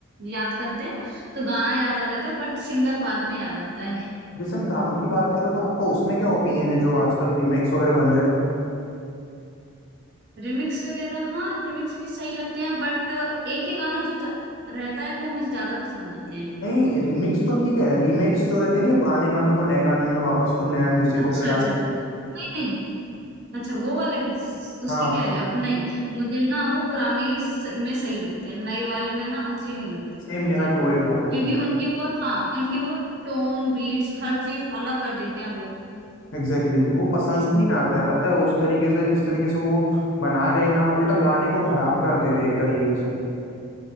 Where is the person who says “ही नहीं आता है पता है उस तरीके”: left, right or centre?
Left